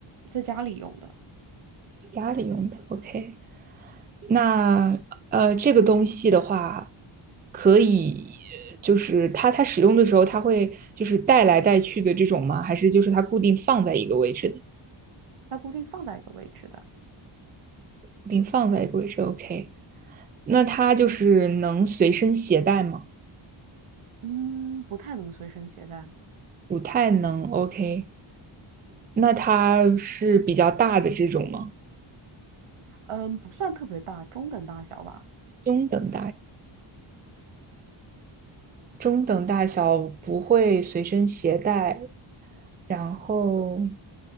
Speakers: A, on the right (about 85°); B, on the right (about 20°).
A: 在家里用的，
B: 家里用的，OK。那呃，这个东西的话，可以就是它它使用的时候，它会就是带来带去的这种吗？还是就是它固定放在一个位置的？
A: 它固定放在一个位置的，
B: 固定放在一个位置，OK。那它就是能随身携带吗？
A: 嗯，不太能随身携带，
B: 不太能，OK。那它是比较大的这种吗？
A: 嗯，不算特别大，中等大小吧，
B: 中等中等大小，不会随身携带。然后